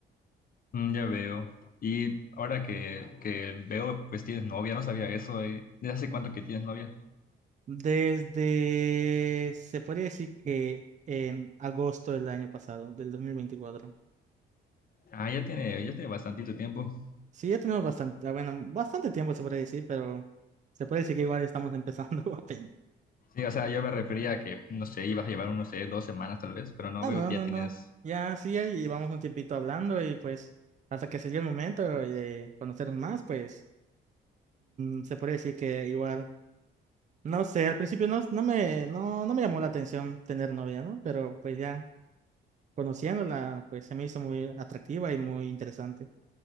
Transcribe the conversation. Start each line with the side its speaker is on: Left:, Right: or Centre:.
Left: Mm, ya veo. Y ahora que, que veo, pues tienes novia, no sabía eso. eh. ¿Desde hace cuánto que tienes novia?
Right: Desde, se podría decir que en agosto del año pasado, del dos mil veinticuatro
Left: Ah, ya tiene, ya tiene bastantito tiempo.
Right: Sí, ya tenemos bastante, ah, bueno, bastante tiempo se podría decir, pero se puede decir que igual estamos empezando <laughs> apenas.
Left: Sí, o sea, yo me refería a que, no sé, ibas a llevar, no sé, dos semanas tal vez, pero no
Right: Ah,
Left: veo
Right: no,
Left: que
Right: no,
Left: ya tienes...
Right: no. Ya sí, ahí vamos un tiempito hablando y pues hasta que se dio el momento de conocernos más, pues mm, se puede decir que igual, no sé, al principio no, no me, no, no me llamó la atención tener novia, ¿no? Pero pues ya conociéndola, pues se me hizo muy atractiva y muy interesante.